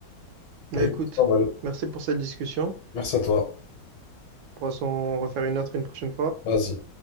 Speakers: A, on the right (about 75°); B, on the left (about 70°).
A: Mais
B: Bah écoute,
A: écoute,
B: pas mal.
A: merci pour cette discussion.
B: Merci à toi.
A: On pourra s'en refaire une autre une prochaine fois.
B: Vas-y.